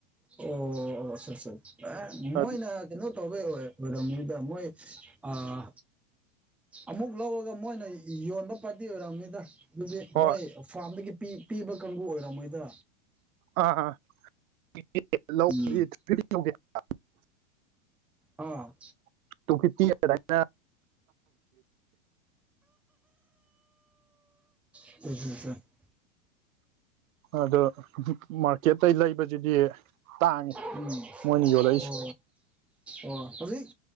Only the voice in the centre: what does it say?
ꯑꯣ <unintelligible> ꯑꯥ
ꯃꯣꯏꯅ ꯀꯩꯅꯣ ꯇꯣꯕꯩ ꯑꯣꯏꯔꯝꯅꯤꯗ ꯃꯣꯏ ꯑꯥ ꯑꯃꯨꯛ ꯂꯧꯔꯒ ꯃꯣꯏꯅ ꯌꯣꯟꯕ ꯐꯗꯤ ꯑꯣꯏꯔꯝꯅꯤꯗ ꯑꯗꯨꯗꯤ
ꯃꯣꯏ ꯐꯥꯔꯝꯗꯒꯤ ꯄꯤꯕ ꯀꯥꯡꯕꯨ ꯑꯣꯏꯔꯝ ꯃꯣꯏꯗ
ꯎꯝ
ꯑꯥ <unintelligible>
ꯎꯝ
ꯑꯣ ꯑꯣ ꯍꯧꯖꯤꯛ